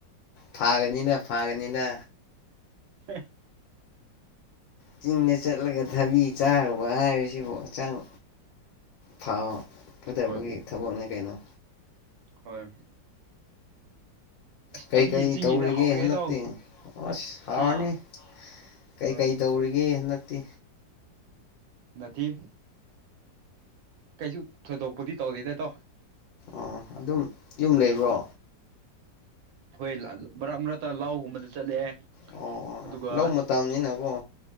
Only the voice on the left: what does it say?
ꯐꯥꯒꯅꯤꯅ ꯐꯥꯒꯅꯤꯅ
ꯆꯤꯡꯗ ꯆꯠꯂꯒ ꯊꯕꯤ ꯆꯥꯈ꯭ꯔꯕ ꯍꯥꯏꯕꯁꯤꯕꯨ ꯍꯛꯆꯥꯡ ꯐꯥꯎꯋ ꯐꯠꯇꯕꯒꯤ
ꯊꯕꯛꯅꯦ ꯀꯩꯅꯣ
ꯀꯩ
ꯀꯔꯤ
ꯇꯧꯔꯤꯒꯦ
ꯍꯟꯗꯛꯇꯤ
ꯑꯁ ꯁꯥꯔꯅꯤ
ꯀꯩ
ꯀꯩ ꯇꯧꯔꯤꯒꯦ ꯍꯟꯗꯛꯇꯤ
ꯑꯣ ꯑꯗꯨꯝ ꯌꯨꯝ ꯂꯩꯕ꯭ꯔꯣ
ꯑꯣ ꯑꯣ
ꯂꯧ ꯃꯇꯝꯅꯤꯅꯀꯣ